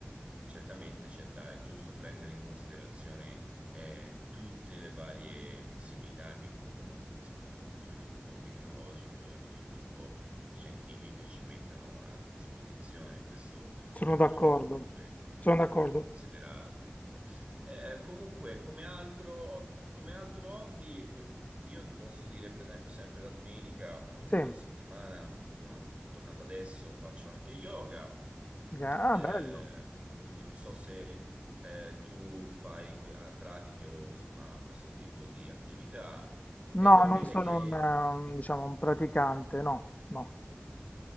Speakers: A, on the right; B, on the left.
A: certamente c'è da, è giusto prendere in considerazione eh, tutte le varie possibilità che comunque, insomma, lo sviluppo tecnologico e lo sviluppo scientifico ci mettono a disposizione. Questo
B: Sono
A: è
B: d'accordo.
A: giusto comunque,
B: Sono d'accordo.
A: è giusto considerarlo. ecco. Eh, comunque, come altro, come altro hobby, io ti posso dire, per esempio, sempre la domenica o il
B: Sì,
A: fine settimana, son- sono tornato adesso, faccio anche yoga.
B: gra-
A: Ehm,
B: ah, bello.
A: quindi non so se eh, tu fai que- ah, pratiche o insomma questo tipo di attività. E
B: No,
A: devo
B: non
A: dire
B: sono
A: che
B: un, eh, un, diciamo, un praticante, no, no,